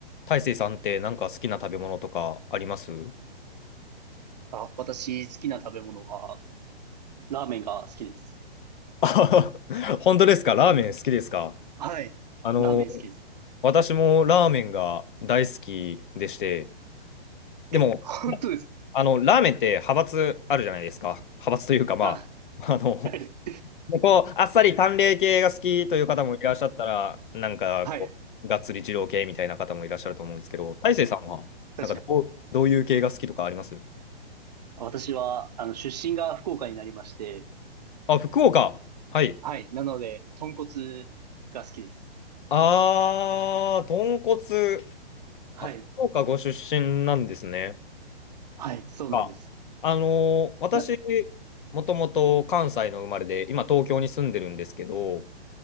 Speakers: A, on the left (about 55°); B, on the right (about 40°).
A: 大成さんってなんか好きな食べ物とかあります
B: あ、私、好きな食べ物は、ラーメンが好きです。
A: あはは <laughs> 本当ですかラーメン好きですか
B: はい。
A: あの、
B: ラーメン好きです。
A: 私もラーメンが大好きでして、でも、
B: え、本当ですか
A: あの、ラーメンって派閥あるじゃないですか。派閥というか、まあ、
B: あ、
A: あの、
B: はい。
A: こう、あっさり淡麗系が好きという方もいらっしゃったら、なんか、
B: はい。
A: こう、がっつり二郎系みたいな方もいらっしゃると思うんですけど、大成さんは、
B: 確かに。
A: なんかどう、どういう系が好きとかあります
B: 私は、あの、出身が福岡になりまして、
A: あ、福岡。はい。
B: はい。なので、豚骨が好きです。
A: あー、豚骨。
B: はい。
A: あ、福岡ご出身なんですね。
B: はい。そうなんですよ。
A: あ、あのー私、
B: いや
A: もともと関西の生まれで、今東京に住んでるんですけど、